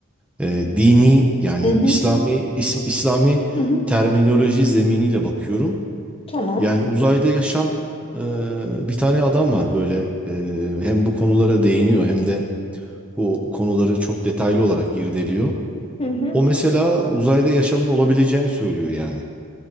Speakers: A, in the centre; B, on the left.
A: E, dini yani
B: Hı hı
A: İslami is- İslami
B: hı hı
A: terminoloji zeminiyle bakıyorum.
B: tamam.
A: Yani uzayda yaşam e, bir tane adam var böyle e, hem bu konulara değiniyor hem de bu konuları çok detaylı olarak irdeliyor.
B: Hı hı.
A: O mesela uzayda yaşamın olabileceğini söylüyor yani.